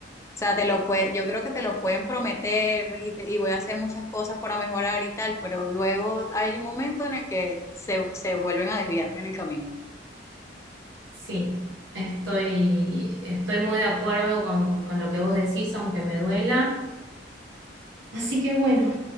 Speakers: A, on the left (about 15°); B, on the right (about 75°).
A: sea, te lo puede, yo creo que te lo pueden prometer y, te- y voy a hacer muchas cosas para mejorar y tal, pero luego hay un momento en el que se, se vuelven a desviar en el camino.
B: sí, estoy, estoy muy de acuerdo con, con lo que vos decís, aunque me duela. Así que bueno,